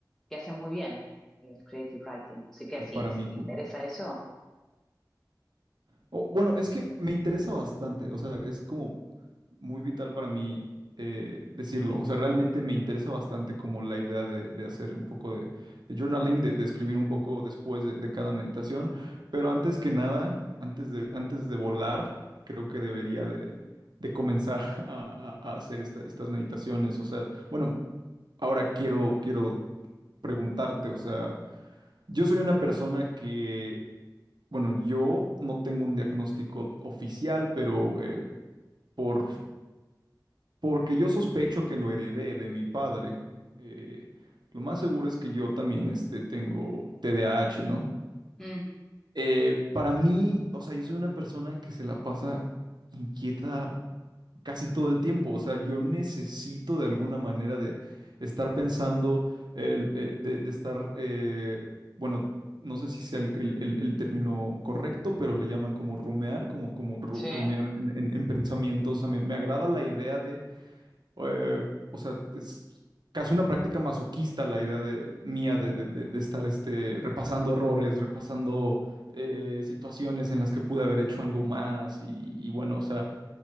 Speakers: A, in the centre; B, on the right.
A: que hace muy bien el creative writing. Así que si
B: para
A: si
B: mí.
A: te interesa eso,
B: O, bueno, es que me interesa bastante, o sea, es como muy vital para mí eh, decirlo, o sea, realmente me interesa bastante como la idea de, de hacer un poco de, de journaling, de, de escribir un poco después de, de cada meditación, pero antes que nada, antes de, antes de volar, creo que debería de, de comenzar <laughs> a, a- a hacer esta- estas meditaciones, o sea, bueno, ahora quiero, quiero preguntarte, o sea, yo soy una persona que bueno, yo no tengo un diagnóstico oficial, pero eh, por, porque yo sospecho que lo heredé de mi padre, eh, lo más seguro es que yo también este, tengo TDAH, ¿no?
A: mm,
B: Eh, para mí, o sea, yo soy una persona que se la pasa inquieta casi todo el tiempo. O sea, yo necesito de alguna manera de estar pensando, el, eh, de, de estar, eh, bueno, no sé si sea el, el- el- el término correcto, pero le llaman como rumear, como, como ru-
A: sí,
B: rumear en, en- en pensamientos. O sea, me, me agrada la idea de, eh, o sea, es casi una práctica masoquista la idea de, mía de, de- de- de estar este, repasando errores, repasando... eh, situaciones en las que pude haber hecho algo más y y
A: mm,
B: bueno, o sea,